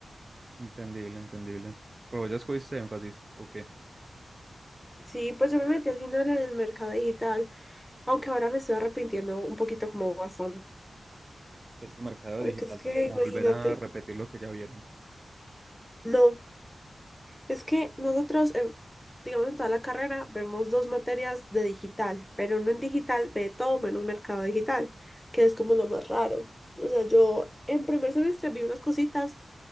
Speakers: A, on the right; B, in the centre.
A: Entendible, entendible. Pero ya escogiste énfasis, ¿o qué?
B: Sí, pues yo me metí al final en el mercado digital, aunque ahora me estoy arrepintiendo un poquito como bastante,
A: Pues que mercado
B: porque
A: digital
B: es que
A: no es como
B: imagínate,
A: volver a repetir lo que ya vieron.
B: no Es que nosotros, en- digamos, en toda la carrera vemos dos materias de digital, pero uno en digital ve todo menos mercado digital, que es como lo más raro. O sea, yo en primer semestre vi unas cositas,